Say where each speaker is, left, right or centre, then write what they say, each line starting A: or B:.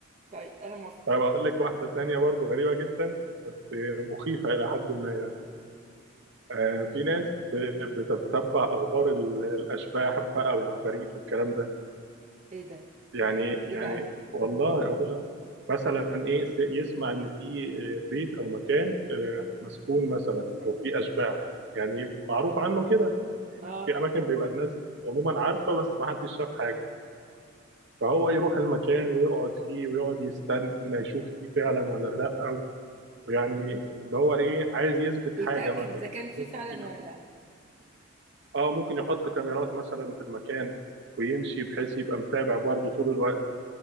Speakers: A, on the right; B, on the right.
A: طيب أنا موافقة
B: طيب اقول لك واحده تانية برضو غريبه جدا آه، مخيفه الى حد ما يعني آه في ناس بتتتبع اخبار ال- الاشباح بقى والعفاريت والكلام ده
A: إيه ده
B: يعني
A: وبتقول
B: يعني
A: إيه بقى
B: والله هو مثلا ايه س- يسمع ان في آه، بيت او مكان آه، مسكون مثلا او في اشباح يعني معروف عنه كده يعني
A: آه
B: في اماكن بيبقى الناس عموما عارفه بس ما حدش شاف حاجه فهو يروح المكان ويقعد فيه ويقعد يستنى يشوف فيه فعلا ولا لا ويعني اللي هو ايه عايز يثبت
A: يتأكد
B: حاجه مثلا
A: إذا كان في
B: ممكن
A: فعلا
B: يح-
A: ولا لأ
B: اه ممكن يحط كاميرات مثلا في المكان ويمشي بحيث يبقى متابع برضه طول الوقت